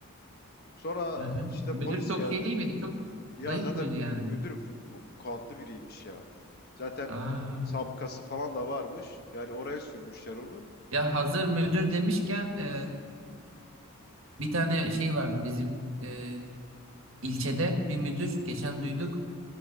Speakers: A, on the left; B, on the right.
A: Sonra
B: Hı hı.
A: işte
B: Müdür
A: polis
B: çok
A: geldi.
B: şey değil miydi? Çok
A: Ya
B: zayıf
A: zaten
B: mıydı
A: mü-
B: yani?
A: müdür vu- vukuatlı biriymiş ya. Zaten
B: Aa.
A: sabıkası falan da varmış. Yani oraya sürmüşler onu.
B: Ya hazır müdür demişken eee, bir tane şey vardı bizim eee, ilçede bir müdür geçen duyduk
A: Hı